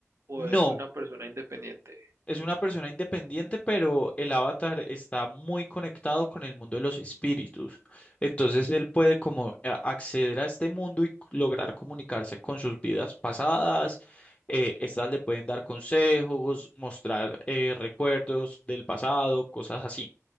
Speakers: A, on the right (about 60°); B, on the left (about 20°).
A: o
B: No,
A: es una persona independiente?
B: Es una persona independiente, pero el avatar está muy conectado con el mundo de los espíritus. Entonces él puede como a- acceder a este mundo y c- lograr comunicarse con sus vidas pasadas. Eh, estas le pueden dar consejos, mostrar eh, recuerdos del pasado, cosas así.